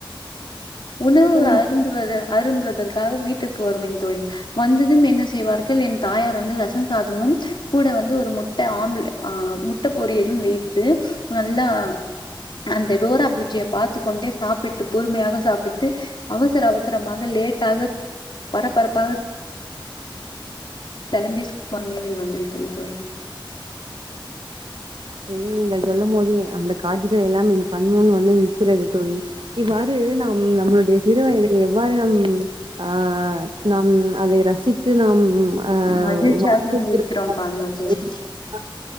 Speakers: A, on the left (about 60°); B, on the right (about 70°).
A: உணவு
B: சொல்லுங்க
A: அருந்து வக அருந்துவதற்காக வீட்டிற்கு வருவேன் தோழி வந்ததும் என்ன செய்வார்கள் என் தாயார் வந்து ரசம் சாதமும் ம் கூட வந்து ஒரு முட்ட ஆம்லெ ஆ முட்ட பொரியலும் வைத்து நல்லா அந்த டோரா பூஜிய பாத்துக்கொண்டே சாப்பிட்டு பொறுமையாக சாப்பிட்டு அவசர அவசரமாக லெ லேட்டாக பரபரப்பாக பெலம்பிஸ் ஒன்னெல் வந்து விட்டது தோழி
B: தோழி நீங்கள் சொல்லும் போது எ அந்த காட்சிகள் எல்லாம் என் கண்முன் வந்து நிற்கிறது தோழி இவ்வா று நம் நம்மளுடைய சிறு வயதுல எவ்வாறு நம் ஆ நாம் அதை ரசித்து நாம் ஆ
A: மகிழ்ச்சியாக
B: வா <unintelligible>
A: இருந்திருக்கிறோம் பாருங்கள் தோழி